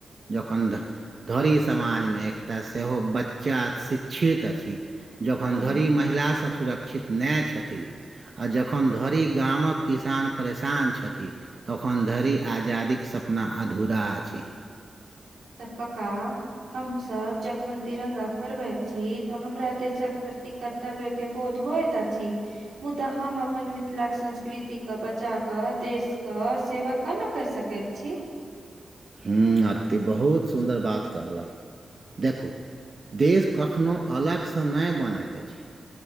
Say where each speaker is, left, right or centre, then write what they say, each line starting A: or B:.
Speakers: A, on the right; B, on the right.
A: जखन धरी समाज मे एकटा सेहो बच्चा शिक्षित अछि जखन
B: हूँ
A: धरि महिला सब सुरक्षित नहि छथि आ जखन धरि गामक किसान परेशान छथिन तखन धरि आजादी कऽ सपना अधूरा अछि
B: तऽ काका हमसभ जखन तिरंगा फरबैत छी तऽ हमरा देशक प्रति क तबे केँ बोध होइत अछि मुदा हम अपन मिथिलाक संस्कृतिके बचा कऽ देश कऽ सेवक कोना कर सकैत छी
A: हूँ आरती बहुत सुन्दर बात कहलह देखू <inaudible> देश कखनो अलगसँ नहि बनैत अछि